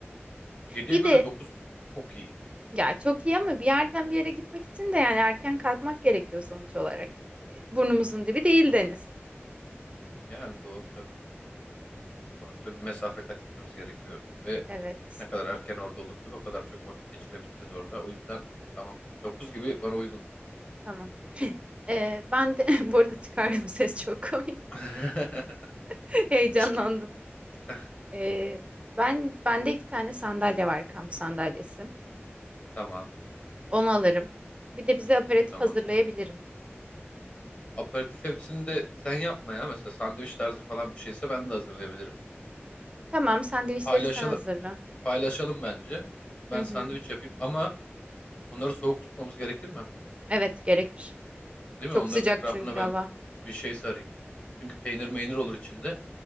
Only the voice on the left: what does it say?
7'ye
göre
9 çok iyi.
Yani doğru Sonuçta bir mesafe kat etmemiz gerekiyor ve
ne kadar erken orada olursak o kadar çok vakit geçirebileceğiz orada. O yüzden tamam. dokuz gibi bana uygun.
<laughs>
İş çek. <laughs>
Tamam,
tamam.
Aperatif hepsini de sen yapma ya. Mesela sandviç tarzı falan bir şeyse ben de hazırlayabilirim.
Paylaşalım,
paylaşalım bence. Ben
sandviç yapayım ama onları soğuk tutmamız gerekir mi?
Değil
mi? Onların
etrafına
ben
bir şey sarayım. Çünkü peynir meynir olur içinde.